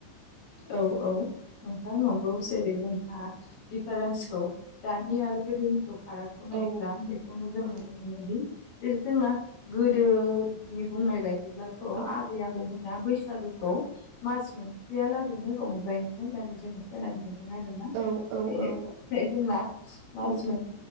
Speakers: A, on the left; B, on the right.
A: औ औ नोंथां नंगौ जेरै जोंहा दिफारेन्सखौ दानि आरो गोदोनिखौ फारागखौ नायब्ला
B: औ
A: बेखौनो जों
B: औ
A: नुनो मोनोदि <unintelligible> जोंना गोदो नि बुंनाय बाय बिदिब्लाथ'
B: औ
A: आबै आबौमोना बैसागुखौ मास मोन लागैनो रंजायोमोन होन जों खोनानो मोनदों आरोना
B: औ औ
A: <unintelligible> जोंङा मास
B: औ
A: मोन